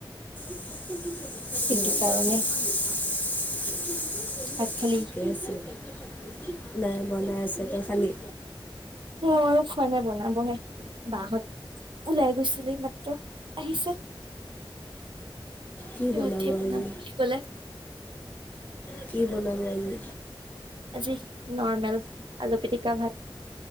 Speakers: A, on the left (about 20°); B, on the right (about 65°).
A: <inaudible>
B: সেইটো কাৰণে ভাত খালি
A: <unintelligible> নাই বনাই আছে। তই খালি?
B: মইয়ো খোৱা নাই বনাবহে বা হঁত। ওলাই গৈছিল এই মাত্ৰ আহিছে।
A: কি
B: সিঁহতিয়ে
A: বনাব
B: বনাম
A: আজি
B: বুলি ক'লে।
A: কি বনাবি আজি?
B: আজি নৰ্মেল, আলু পিটিকা ভাত,